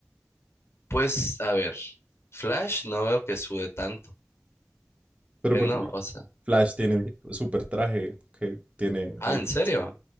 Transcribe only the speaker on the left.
pues, a ver, Flash no veo que sube tanto,
que
no, o sea.
Ah,
¿en serio?